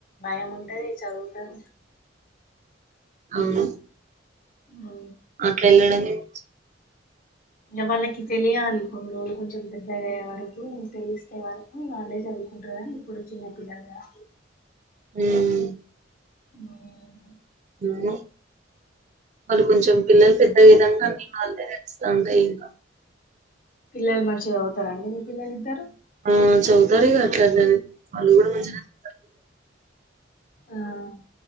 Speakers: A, on the left; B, on the right.
A: భయం ఉంటది. చదువుతారు.
B: అవును
A: ఓ
B: అట్లా ఏళ్ళడమే మా <unintelligible>
A: ఇంగా వాళ్ళకి తెలియాలి కొన్ రోల్ కొంచెం పెద్దగాయ్యే వరకు తెలిస్తే. వారకు వాళ్ళే చదువుకుంటారని ఇప్పుడు చిన్న పిల్లల్ గాదా.
B: ఉమ్
A: ఆహ్
B: <unintelligible> వాళ్ళు కొంచెం పిల్లలు పెద్దయ్ దాంకా మి వాళ్ళకె తెలుస్త ఉంటాయి ఇంకా.
A: పిల్లలు మంచిగా చవుతారండి మీ పిల్లలు ఇద్దారు.
B: ఆ చదువుతారు ఈగ అట్ల అట్లనె వాళ్లు కూడా మంచినే చద్
A: ఆహ్